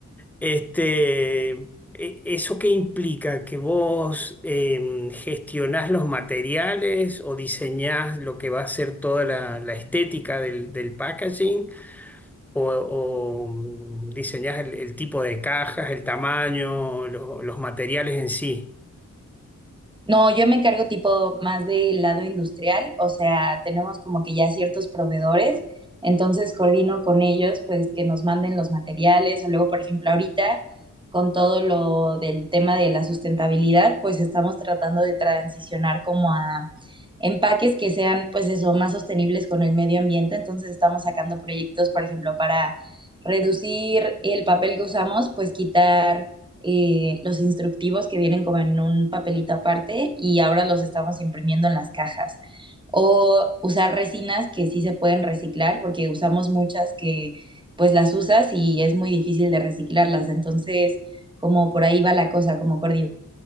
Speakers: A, in the centre; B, on the right (about 15°).
A: Este, e- ¿eso qué implica? ¿Que vos em, gestionás los materiales o diseñás lo que va a ser toda la, la estética del, del packaging? ¿O, o, mm, diseñás el, el tipo de cajas, el tamaño, lo- los materiales en sí?
B: No, yo me encargo tipo más del lado industrial, o sea, tenemos como que ya ciertos proveedores, entonces coordino con ellos pues que nos manden los materiales o luego, por ejemplo, ahorita con todo lo del tema de la sustentabilidad, pues estamos tratando de transicionar como a empaques que sean pues eso, más sostenibles con el medio ambiente, entonces estamos sacando proyectos, por ejemplo, para reducir el papel que usamos, pues quitar eh, los instructivos que vienen como en un papelito aparte y ahora los estamos imprimiendo en las cajas. O usar resinas que sí se pueden reciclar porque usamos muchas que pues las usas y es muy difícil de reciclarlas. Entonces, como por ahí va la cosa, como coordinar